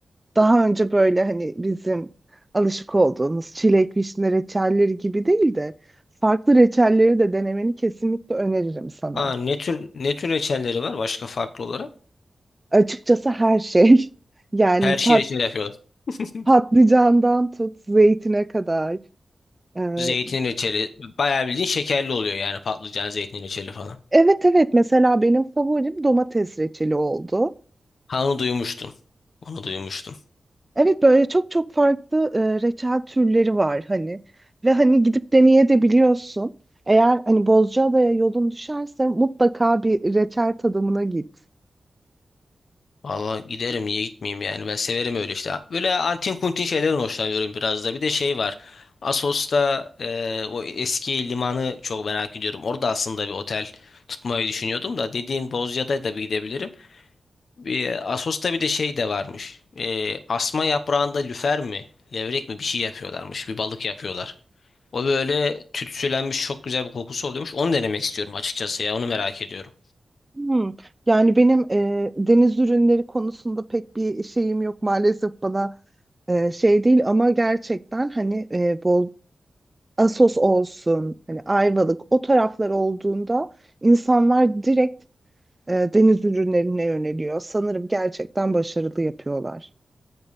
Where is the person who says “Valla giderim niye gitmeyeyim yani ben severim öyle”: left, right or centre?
Left